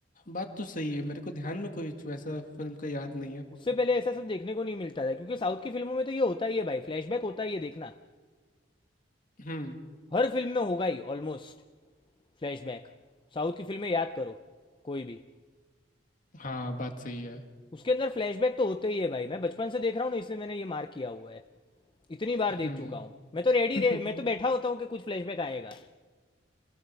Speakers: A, on the left; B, on the left.
A: बात तो सही है मेरे को ध्यान में कोई वैसा फिल्म का याद नहीं है
B: उससे पहले ऐसा सब देखने को नहीं मिलता था क्योंकि साउथ की फिल्मों में तो ये होता ही है भाई फ्लैशबैक होता ही है देखना
A: हम्म
B: हर फिल्म में होगा ही ऑलमोस्ट फ्लैशबैक साउथ की फिल्में याद करो कोई भी
A: हाँ बात सही है
B: उसके अंदर फ्लैशबैक तो होते ही है भाई मैं बचपन से देख रहा हूँ ना इसलिए मैंने ये मार्क किया हुआ है इतनी बार देख
A: हम्म
B: चुका हूँ मैं तो रेडी
A: <laughs>
B: रे, मैं तो बैठा होता हूँ कि कुछ फ्लैशबैक आएगा